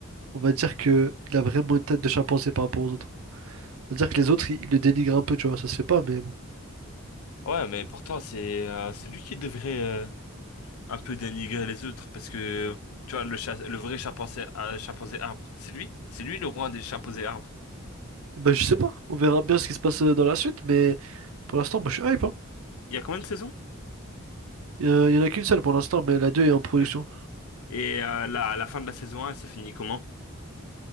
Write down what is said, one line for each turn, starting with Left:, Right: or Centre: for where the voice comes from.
Right: on va dire que il a vraiment une tête de chimpanzé par rapport aux autres. On va dire que les autres, ils ils le dénigrent un peu, tu vois, ça se fait pas, mais bon.
Left: Ouais, mais pourtant c'est euh, c'est lui qui devrait. euh, un peu dénigrer les autres parce que tu vois le chat, le vrai chimpanzé, euh, chimpanzé arbre, c'est lui, c'est lui le roi des chimpanzés arbres.
Right: Bah je sais pas, on verra bien ce qui se passe euh, dans la suite, mais pour l'instant, moi je suis hype, hein.
Left: Il y a combien de saisons?
Right: Euh, Il y en a qu'une seule pour l'instant, mais la deux est en production.
Left: Ok. Et euh, la, à la fin de la saison 1, c'est fini comment?